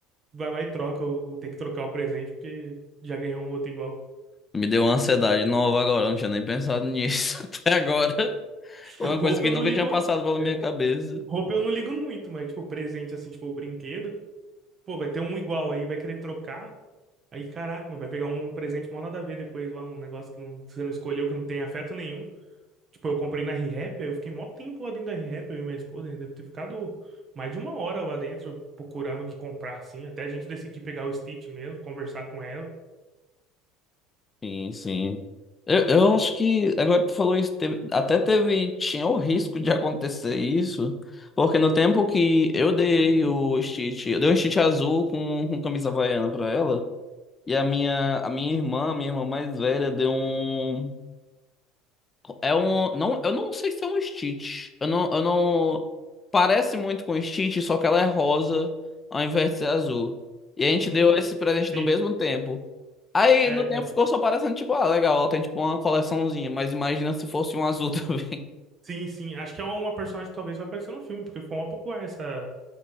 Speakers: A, on the right; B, on the left.
A: vai lá e troca, ou, ou tem que trocar o presente porque já ganhou um outro igual.
B: Me deu uma ansiedade nova agora. eu Não tinha nem pensado nisso <laughs> até agora.
A: <laughs>
B: Foi Uma
A: Roupa
B: coisa que
A: eu
B: nunca
A: não ligo.
B: tinha passado pela minha
A: É.
B: cabeça.
A: Roupa eu não ligo muito, mas, tipo, presente, assim, tipo, o brinquedo, pô, vai ter um igual aí, vai querer trocar. Aí, caraca, mano, vai pegar um presente mal nada a ver depois lá, um negócio que, não, que você não escolheu, que não tem afeto nenhum. Tipo, eu comprei na R-Rap, aí eu fiquei mó tempo lá dentro da R-Rap, eu e minha esposa, ainda deve ter ficado mais de uma hora lá dentro procurando o que comprar, assim, até a gente decidir pegar o Stitch mesmo, conversar com ela.
B: Sim, sim. Eu, eu acho que agora que tu falou isso, teve- até teve, tinha o risco de acontecer isso, porque no tempo que eu dei o Stitch, eu dei um Stitch azul com, com camisa havaiana pra ela, e a minha, a minha irmã, a minha irmã mais velha, deu um. É um. Não, eu não sei se é um Stitch. Eu não, eu não. Parece muito com Stitch, só que ela é rosa ao invés de ser azul. E a gente
A: Hum,
B: deu esse presente no
A: sim,
B: mesmo tempo. Aí
A: é,
B: no tempo
A: é.
B: ficou só parecendo, tipo, ah, legal, ela tem tipo uma coleçãozinha, mas imagina se fosse um azul <laughs> também.
A: Sim, sim, acho que é uma personagem que talvez vai aparecer no filme, porque foi uma popular essa,